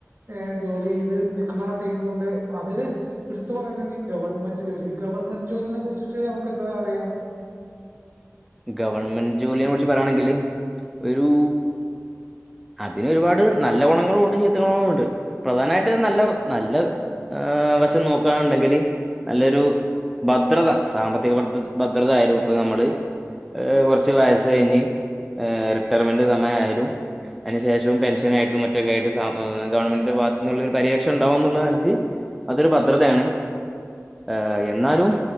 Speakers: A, on the right; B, in the centre.
A: എ് ജോലീയ്ത് നിക്ക്ണാ ടീമുണ്ട് അതില് ഇടുത്ത് പറയണ്ടാണീ ഗവൺമെൻ്റ് ജോലി ഈ ഗവൺമെന്റ് ജോലിനെ കുറിച്ചിട്ട് അണക്കെന്താ അറിയാ?
B: ഗവൺമെന്റ് ജോലിയെ കുറിച്ച് പറയാണെങ്കില് ഒരു അതിനൊരുപാട് നല്ല ഗുണങ്ങളുണ്ട് ചീത്ത ഗുണങ്ങളുണ്ട് പ്രധാനായിട്ട് നല്ല ഗ് നല്ല ഏ് വശം നോക്കാണെണ്ടെങ്കില് നല്ലൊരു ഭദ്രത സാമ്പത്തിക ഭർദത ഭദ്രത ആയാലും ഇപ്പൊ നമ്മള് ഏഹ് കൊറച്ച് വയസ്സ് കഴിഞ്ഞ് എ് റിട്ടയർമെന്റ് സമയയാലും അയിനുശേഷും പെൻഷനായിട്ടും മറ്റൊക്കെ ആയിട്ട് സാ എ് ഗവൺമെന്റിന്റെ ഭാഗത്തുന്നുള്ള ഒരു പരിരക്ഷ ഉണ്ടാവുന്നുള്ള നെലക്ക് അതൊരു ഭദ്രതാണ് ഏഹ് എന്നാലും